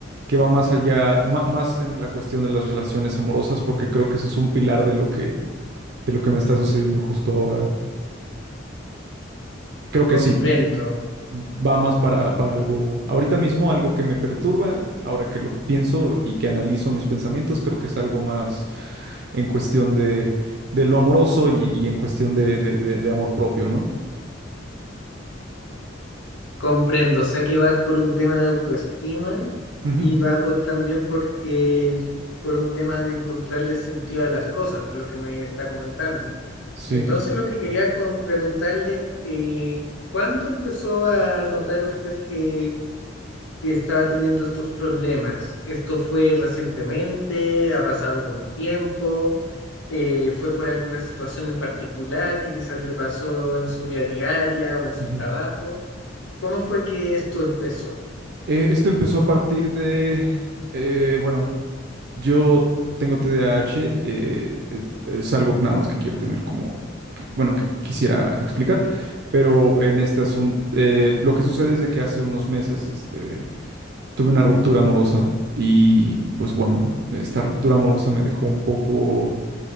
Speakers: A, on the right; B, on the left.
A: que va más allá, ma- más en la cuestión de las relaciones amorosas, porque creo que eso es un pilar de lo que, de lo que me está sucediendo justo ahora. Creo que
B: Comprendo.
A: sí, va más para, para algo, ahorita mismo algo que me perturba, ahora que lo pienso y que analizo mis pensamientos, creo que es algo más en cuestión de, de lo amoroso y, y en cuestión de, de- de- de amor propio, ¿no?
B: Comprendo, o sea que va por un tema de autoestima
A: Ujú,
B: y va por también porque el- por un tema de encontrarle sentido a las cosas, por lo que me está comentando.
A: Sí.
B: Entonces lo que quería con- preguntarle, eh, ¿cuándo empezó a notar usted que, que estaba teniendo estos problemas? ¿Esto fue recientemente? ¿Ha pasado algún tiempo? Eh, ¿fue por alguna situación en particular que quizás le pasó en su vida diaria o en su
A: ujú.
B: trabajo? ¿Cómo fue que esto empezó?
A: Eh, esto empezó a partir de, eh, bueno, yo tengo TDAH, eh, eh, es algo nada más que quiero tener como, que- bueno, que quisiera explicar, pero en este asunto, eh, lo que sucede es de que hace unos meses, este... Tuve una ruptura amorosa y pues bueno, esta ruptura amorosa me dejó un poco